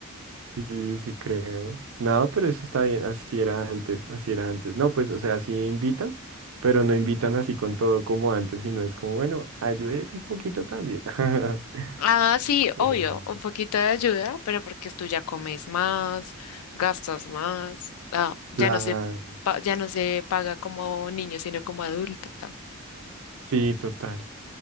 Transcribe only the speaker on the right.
sí, sí creo. No, pero eso está bien, así era antes, así era antes. No, pues, o sea, sí invitan, pero no invitan así con todo como antes, sino es como, bueno, ayude un poquito también. <laughs>
Pero
no.
Claro,
sí, total.